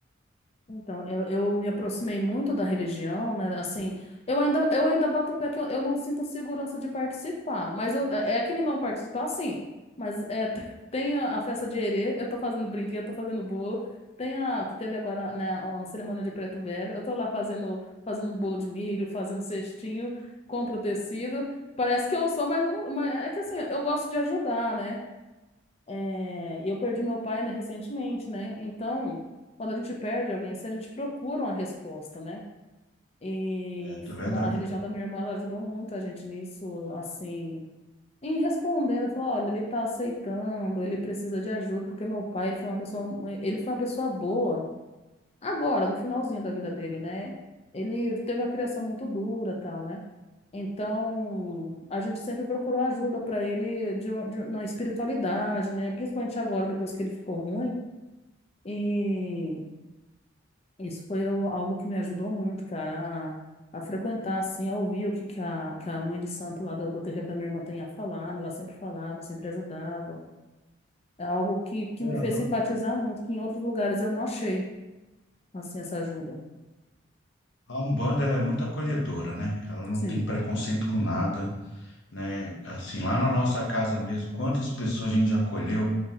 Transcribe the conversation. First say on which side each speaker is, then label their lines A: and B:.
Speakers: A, on the left; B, on the left.
A: Então, eu, eu me aproximei muito da religião, né? Assim, eu ainda, eu ainda bato o pé que eu, eu não sinto segurança de participar, mas eu, é é aquele não participar, sim. Mas é, <laughs> tem tem a, a festa de erê, eu tô fazendo brinquedo, tô fazendo bolo. Tem a que teve agora, né, uma cerimônia de preto velho. Eu tô lá fazendo, fazendo bolo de milho, fazendo cestinho, compro tecido. Parece que eu sou, mas eu não, mas é que assim, eu gosto de ajudar, né? É, e eu perdi meu pai, né, recentemente, né? Então, quando a gente perde alguém assim, a gente procura uma resposta, né? E
B: É, é verdade.
A: a religião da minha irmã, ela ajudou muito a gente nisso, assim, em respondendo, ela falou, olha, ele tá aceitando, ele precisa de ajuda, porque meu pai, ele foi uma pessoa, ele foi uma pessoa boa, agora, no finalzinho da vida dele, né? Ele teve uma criação muito dura, tal, né? Então, a gente sempre procurou ajuda para ele de, um, de- um, na espiritualidade, né? Principalmente agora, depois que ele ficou ruim. E isso foi o- algo que me ajudou muito, cara, a, a frequentar, assim, a ouvir o que, que, a, que a mãe de santo lá do, do terreiro da minha irmã tem a falar. né? Ela sempre falava, sempre ajudava. É algo que, que
B: É,
A: me fez simpatizar muito, que em outros lugares eu não achei, assim, essa ajuda.
B: a Umbanda, ela é muito acolhedora, né? Ela não
A: Sim.
B: tem preconceito com nada, né? Assim, lá na nossa casa mesmo, quantas pessoas a gente já acolheu?